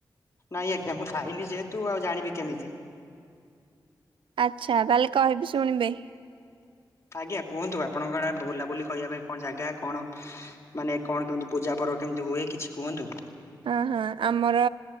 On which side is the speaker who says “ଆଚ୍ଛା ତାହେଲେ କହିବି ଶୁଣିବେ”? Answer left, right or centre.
Right